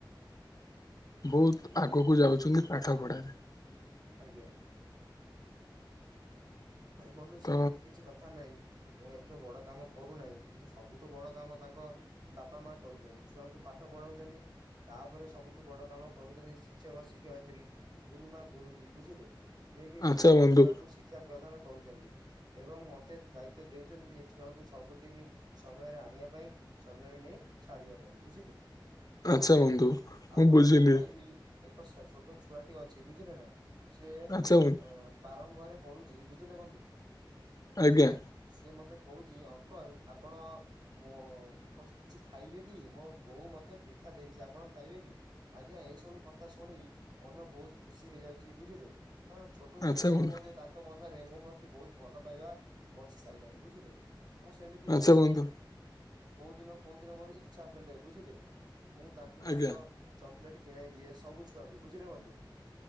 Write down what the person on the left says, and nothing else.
ବହୁତ ଆଗୁକୁ ଯାଉଛନ୍ତି ପାଠପଢ଼ାରେ।
ତ
ଆଚ୍ଛା ବନ୍ଧୁ
ଆଚ୍ଛା ବନ୍ଧୁ
ମୁଁ ବୁଝିଲି
ଆଚ୍ଛା ବନ୍ଧୁ
ଆଜ୍ଞା।
ଆଚ୍ଛା
ବନ୍ଧୁ
ଆଚ୍ଛା ବନ୍ଧୁ
ଆଜ୍ଞା